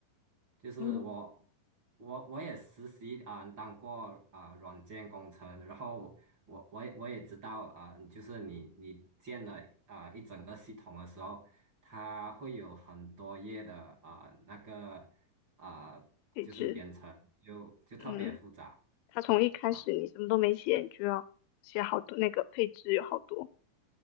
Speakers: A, on the right; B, on the left.
A: 就是我，
B: 嗯，
A: 我我也实习啊、当过啊、软件工程，然后我我也我也知道啊、就是你你建了啊、一整个系统的时候，它会有很多页的啊、那个啊、
B: 配置，
A: 就是编程，就就特别复杂
B: 嗯，它从一开始你什么都没写，
A: 啊
B: 你就要写好多那个配置有好多。